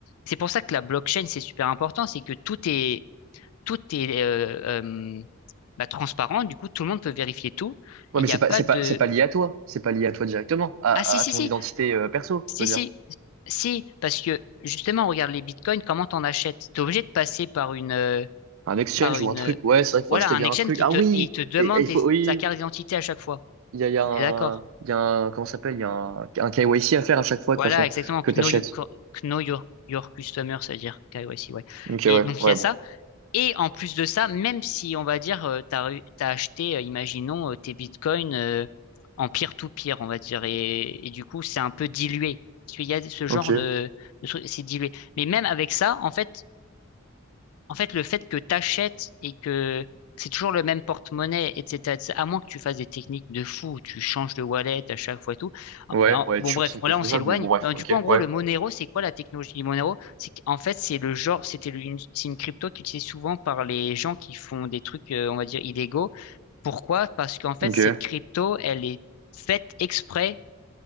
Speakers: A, on the left; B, on the right.
A: C'est pour ça que la blockchain, c'est super important, c'est que tout est, tout est euh, euh, bah, transparent, du coup, tout le monde peut vérifier tout,
B: Ouais,
A: et
B: mais
A: il n'y
B: c'est
A: a
B: pas,
A: pas
B: c'est
A: de...
B: pas, c'est pas lié à toi. C'est pas lié à toi directement, à,
A: Ah si,
B: à
A: si,
B: ton
A: si,
B: identité, euh, perso,
A: si,
B: je veux
A: si,
B: dire.
A: si, parce que justement, regarde les bitcoins, comment t'en achètes? T'es obligé de passer par une... euh,
B: Un exchange
A: par une
B: ou un truc.
A: euh,
B: Ouais, c'est vrai qu'il
A: voilà,
B: faut acheter
A: un
B: via
A: exchange
B: un truc.
A: qui
B: Ah
A: te,
B: oui!
A: et il te demande
B: Et, et il
A: des,
B: faut, oui,
A: sa carte d'identité à chaque fois.
B: il y a, il y a un,
A: On est d'accord.
B: il y a un, comment ça s'appelle? Il y a un, un KYC à faire à chaque fois, de
A: Voilà,
B: toute façon,
A: exactement,
B: que t'achètes.
A: Know Your, Know Your, Your Customer, c'est-à-dire KYC, ouais.
B: Ok,
A: Et
B: ouais,
A: donc,
B: ouais,
A: il y a
B: bon.
A: ça. Et en plus de ça, même si on va dire, euh, t'as, eu- t'as acheté, euh, imaginons, euh, tes bitcoins euh, en peer-to-peer, on va dire, et, et du coup, c'est un peu dilué. Parce qu'il y a ce genre
B: Ok.
A: de, de truc, c'est dilué. Mais même avec ça, en fait, en fait, le fait que t'achètes et que c'est toujours le même porte-monnaie, etc., etc., à moins que tu fasses des techniques de fou, où tu changes de wallet à chaque fois et tout.
B: Ouais,
A: En-
B: ouais,
A: Bon,
B: toujours
A: bref,
B: ça qui
A: là,
B: est faisable,
A: on s'éloigne.
B: mais bon, bref,
A: Euh,
B: ok,
A: Du coup, en gros,
B: ouais.
A: le Monero, c'est quoi la technologie du Monero? C'est qu'en fait, c'est le genre, c'était le- une, c'est une crypto qui utilisée souvent par les gens qui font des trucs, euh, on va dire, illégaux. Pourquoi? Parce qu'en fait,
B: Ok.
A: cette crypto, elle est faite exprès